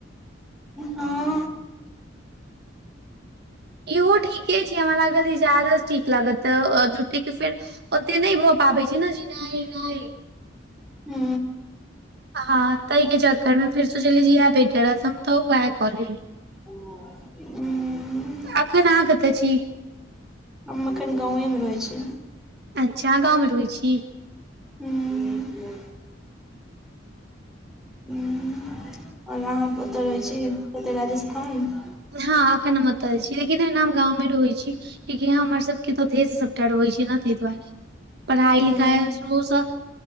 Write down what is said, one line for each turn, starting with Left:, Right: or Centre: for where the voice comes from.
Centre: हँ
Right: ईहो ठीके छै हमरा लागल <unintelligible> ठीक लागत त जुटे के फेर ओते नहि भऽ पाबै छै ने जे नहि नहि
Centre: हू
Right: हँ ताहि के चक्करमें फिर सोचलियी इह बेटर रहसम तऽ वएहै कॉलेज
Centre: ह
Right: एखन अहाँ कतऽ छी
Centre: हम एखन गावेमे रहैत छी
Right: अच्छा गाँवमे रहैत छी
Centre: हू ह आओर अहाँ ओत रहैत छी कतय राजस्थान मे
Right: हँ अखन हम अत छी लेकिन एना हम गाँवमे रहै छी कि हमर सबके तऽ <unintelligible> रहै छै ने ताहि दुआरे पढ़ाइ
Centre: हँ
Right: लिखाइ शुरूसँ